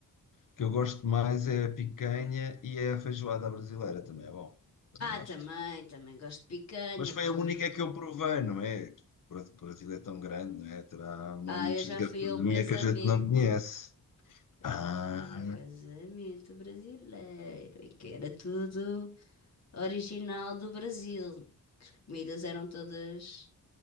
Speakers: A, on the left; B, on the left.
A: que eu gosto mais é a picanha e é a feijoada brasileira, também é bom. Também
B: Ah,
A: gosto.
B: também, também gosto de picanha,
A: Mas
B: claro.
A: foi a única que eu provei, não é? O Brasil é tão grande, não é? Terá montes
B: Ah, eu já
A: de gastronomia
B: fui a um casamento.
A: que a gente não conhece.
B: Eu
A: Ah,
B: já fui a um casamento brasileiro em que era tudo original do Brasil. Comidas eram todas,